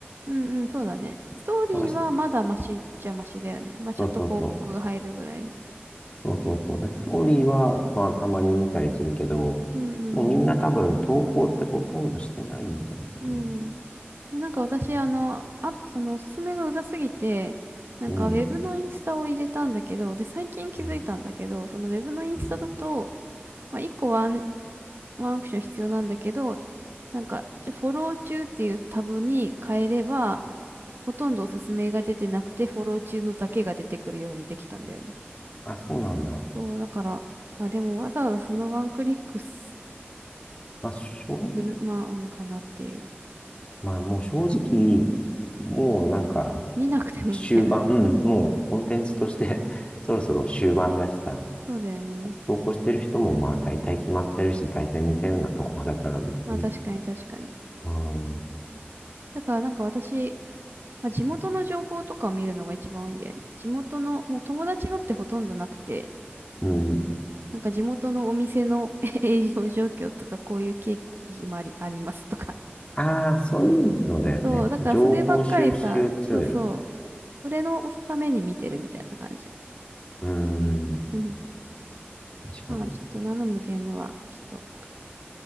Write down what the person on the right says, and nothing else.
うんうん、そうだね。ストーリーはまだマシっちゃマシだよね。
まあちょっと広告が入るぐらいで。
うんうんうん。
うんうんでもなんか私、あの、あ、そのおすすめがうざすぎて、なんかウェブのインスタを入れたんだけど、
で、最近気づいたんだけど、
そのウェブのインスタだと、
まあ、1個ワン、ワンアクション必要なんだけど、なんか、ちょ、フォロー中っていうタブに変えれば、ほとんどおすすめが出てなくて、フォロー中のだけが出てくるようにできたんだよね。
そう、だから、まあでもわざわざそのワンクリックす
る、まあ、うんかなっていう。
見なくてもみたいな感じ。
そうだよね。
まあ確かに確かに。
だからなんか私、まあ、地元の情報とかを見るのが一番多いんだよね。地元の、もう友達のってほとんどなくて、
なんか地元のお店の <laughs> 営業状況とか、こういう経緯もあり、ありますとか。
そう、だからそればっかりさ、
そうそう、それのために見てるみたいな感じ。
うん。
まあちょっとナノ無限のは、ちょっと、